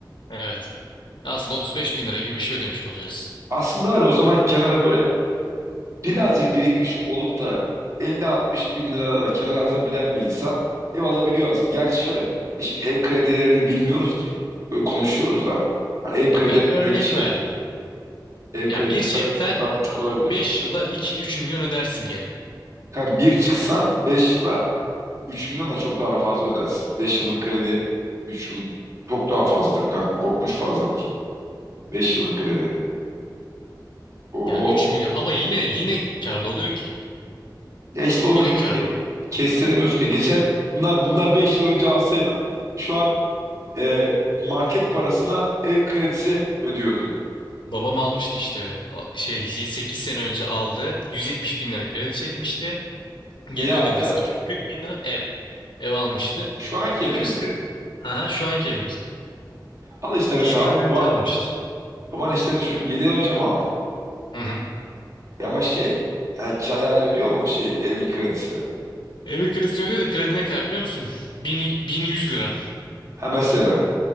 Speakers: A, on the left; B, on the right.
A: Evet. Aslında 35 bin lira gibi bir şey ödemiş olacaksın.
B: Aslında var ya, o zaman kenara böyle birazcık birikmiş olup da 50-60 bin lira da kenara atabilen bir insan ev alabiliyor aslında. Gerçi şöyle biz şimdi ev kredilerini bilmiyoruz ki. Böyle konuşuyoruz da. Hani ev kredileri
A: Ya ben örnek
B: belki şey
A: verdim.
B: ev kredileri
A: Ya 1.80
B: belki çok daha uçuk olabilir.
A: Beş yıla iki üç milyon ödersin geri.
B: Yani bir çıksan 5 yıla 3 milyona çok daha fazla ödersin. 5 yıllık kredi 3 yıl çok daha fazladır. Kanka korkunç fazladır. 5 yıllık kredi. Oho.
A: Yani 3 milyon ama yine yine karlı oluyor ki.
B: Ya işte onu
A: Yine
B: da bilmiyorum.
A: karlı
B: E,
A: oluyor.
B: Kestiremiyoruz ki. Geçen bundan bundan 5 yıl önce alsaydın şu an e, market parasına ev kredisi ödüyordun.
A: Babam almıştı işte öyle. O şey 8 sene önce aldı. 170 bin lira kredi çekmişti. Geri
B: Niye aldı?
A: ödemesi 240 bin lira ev. Ev almıştı.
B: Şu anki
A: 240.
B: evinizi mi?
A: Haha şu anki evimizi.
B: Al işte mesela
A: 7 yıl önce
B: baban,
A: almıştı.
B: baban işte düşün 7 yıl önce mi aldı?
A: Hı hı.
B: E ama şey yani kirayla ödüyor mu şey evin kredisine?
A: Evin kredisini ödüyor da kredi ne kadar biliyor musun? bin 1100 lira
B: Ha mesela